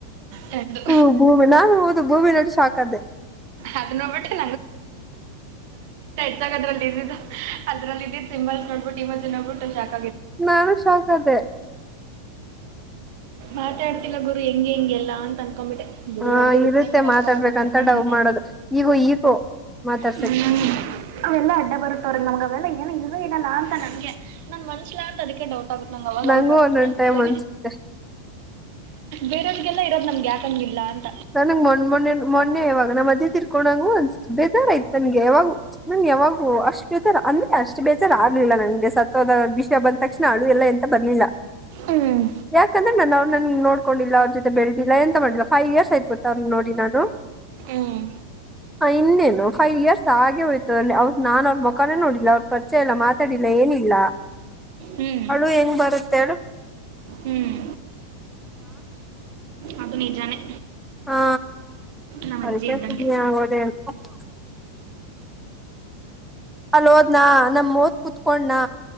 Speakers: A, on the right; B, in the centre.
A: ಚಂದು
B: ಹ್ಮ ಗೂಮ ನಾ ಹದು ದು ಭೂಮಿ ನಡು ಸಾಕದೆ
A: ಅದು ನೋಡ್ಬಿಟ್ಟು ದಲ್ಲಿ ಇದ ಅದಲ್ಲಿ ಇದ ಸಿಂಬಲ್ ನೋಡ್ಬಿಟ್ಟ ಈ ಮ್ ನೋಗ್ಬಿುತಿ
B: ನಾನು ಶಾಕ್ ಅದೇ
A: ಮಾತಾಡ್ತಿಲ್ಲ ಗುರು ಹೆಂಗೆ ಹೆಂಗೆಲ್ಲ ಅಂತ ಅನ್ಕೊಂಡ್ಂಬಿಟ್ಟೆ ಗುಡ
B: ಹ
A: ಹೋಗ್ಲಿ ಹಚ್ಚಾಗಿ
B: ಇರುತ್ತೆ
A: ಯಾವಾಗವಾಗ
B: ಮಾತಾಡ್ಬೇಕಂತ
A: ಮಾಡ್ತಾನೆ
B: ಡವ್
A: ಅಂತಂತ
B: ಮಾಡೋದು ಈಗೂ ಈಗೂ ಮಾತಾಡ್ಸಕ್ಕೆ
A: ಹ್ಮ ಅವೆಲ್ಲಾ ಅಡ್ಡ ಬರುತ್ತ ಅವ್ರಿಗೆ ನಮ್ಗೆ ಅವೆಲ್ಲ ಏನು ಇವೇ ಇರಲ್ಲ ಅಂತ ನನ್ಗೆ ನನ್ ಮನ್ಸಲ ಅಂತ ಅದಕ್ಕೆ ಡೌಟ್ ತಗುತ್ತ ನಂಗೆ ಅವಾಗವಾಗ
B: ನಂಗೂ ಒಂದೊಂದ್
A: ನಮೇಲೆ
B: ಟೈಮ್ ಅನ್ಸುತ್ತೆ
A: ಬೇರೆಯ್ರಿಗೆಲ್ಲ ಇರೋದ್ ನಮ್ಗೆ ಆಕಂಗಿಲ್ಲ ಅಂತ
B: ನನ ಮೊ ಮೊೆ ಮೊನ್ನೆ ಇವಾಗ ನಮ್ಮ ಮ್ಜೆ ತಿರ್ ಕಕೋಂಗು ಬೇಜಾರ ಆಯ್ತು ನನ್ಗೆ ಯಾವಾಗು ನನ್ಗೆ ಯಾವಾಗೂ ಅಷ್ಟ್ ಬೇಜಾರ್ ಅಂದ್ರೆ ಅಷ್ಟ್ ಬೇಜಾರ್ ಆಗ್ಲಿಲ್ಲ ನನ್ಗೆ ಸತ್ವದ ವಿಷಯ ಬಂದ ತಕ್ಷಣ ಅಳು ಎಲ್ಲ ಎಂತ ಬರ್ಲಿಲ್ಲ
A: ಹ್ಮ್
B: ಯಾಕಂದ್ರೆ ನಾನ ಅವ್ ನನ್ ನೋಡ್ ಕೊಂಡಿಲ್ಲ ಅವ್ರ ಜೊತೆಳೆದಿಲ್ಲ ಎಂತ ಮಾಡ ಫೈವ ಇಯರ್ಸ್ ಆಐು ನೋಡಿ ನು
A: ಹ್ಮ್
B: ಇನ್ನೇನು ಫೈವ್ ಇಯರ್ಸ್ ಹಾಗೆ ಹೋಯ್ತು ಅವ ನಾನು ಅವ್ರ ಮುಖಾನೇ ನೋಡಿಲ್ಲ ಅವ್ರ ಪರಿಚಯ ಎಲ್ಲ ಮಾತಾಡಿಲ್ಲ ಏನಿಲ್ಲ
A: ಹ್ಮ್
B: ಅವಳು ಹೆಂಗ್ ಬರುತ್ತೆ
A: ಹ್ಮ್ ಅದು ನಿಜಾನೇ
B: ಹಾ
A: ನಮ್ಮ
B: ಅರಿಕ
A: ಅಜ್ಜಿ ಇದ್ದಂಗೆ
B: ಸಮನ್ಯ ಓದ ಒಪ್ಪ ಅಲ್ೋದ್ನಾ ನಮ ಮೂತ್ ಕುೂತ್ಕೊಂಡನಾ